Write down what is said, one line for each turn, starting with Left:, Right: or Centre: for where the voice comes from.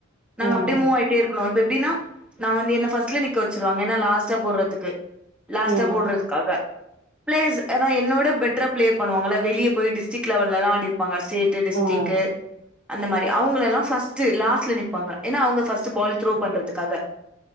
Centre: நாங்க
Right: ம்
Centre: அப்டியே மூவ்வாயிட்டே இருக்கணும் இப்ப எப்டின்னா. நா வந்து என்ன ஃபஸ்ட்டுல நிக்க வச்சுருவாங்க ஏன்னா லாஸ்டா போடுறதுக்கு லாஸ்டா
Right: ம்
Centre: போடுறதுக்காக. ஃபிலேஸ் அதா என்னவுட பெட். பெட்டரா பிளே பண்ணுவாங்கள வெளிய போய் டிஸ்டிக் லெவல்லெலா அடிப்பாங்க. ஸ்டேட்டு டிஸ்டிக்கு.
Right: ம்
Centre: அந்த மாரி அவுங்களெல்லா ஃபர்ஸ்ட்டு லாஸ்ட்டுல நிப்பாங்க ஏன்னா அவுங்க ஃபஸ்ட்டு பால் த்ரோ பண்றதுக்காக.